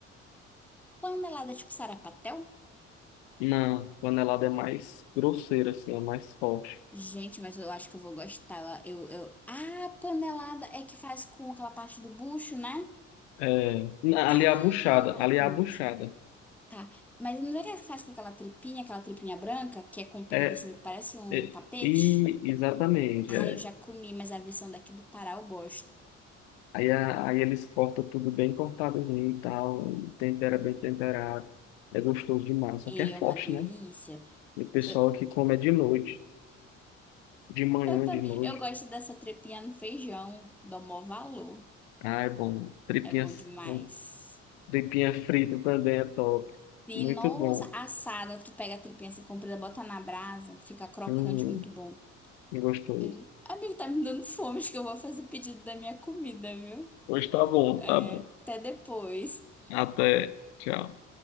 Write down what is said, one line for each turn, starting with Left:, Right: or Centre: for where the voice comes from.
Centre: Panelada tipo sarapatel?
Left: Não, panelada é mais grosseira, assim, é mais forte.
Centre: Gente, mas eu acho que eu vou gostar. Eu, eu... Ah, panelada é que faz com aquela parte do bucho, né?
Left: É, na-
Centre: Ah!
Left: ali é a buchada, ali é
Centre: Não.
Left: a buchada.
Centre: Tá, mas não é que faz com aquela tripinha, aquela tripinha branca, que é comprida
Left: É,
Centre: assim, que parece um
Left: é,
Centre: tapete?
Left: e, exatamente,
Centre: Ah,
Left: é.
Centre: eu já comi, mas a versão daqui do Pará eu gosto.
Left: Aí, a- aí eles cortam tudo bem cortadozinho e tal, tempera bem temperado. É gostoso demais, só que
Centre: E
Left: é forte,
Centre: é uma delícia.
Left: né? E o pessoal
Centre: Eu,
Left: aqui come é de noite, de manhã,
Centre: eu, tam-
Left: de noite.
Centre: eu gosto dessa tripinha no feijão, dou maior valor.
Left: Ah, é bom. Tripinha,
Centre: É bom demais.
Left: um, tripinha frita também é top.
Centre: E
Left: Muito
Centre: nossa,
Left: bom.
Centre: assada, tu pega a tripinha assim comprida, bota na brasa, fica crocante,
Left: Uhum,
Centre: muito bom.
Left: gostoso.
Centre: É, Amigo, tá me dando fome, acho que eu vou fazer pedido da minha comida, viu?
Left: Hoje tá bom,
Centre: É,
Left: tá bom.
Centre: até depois.
Left: Até. Tchau.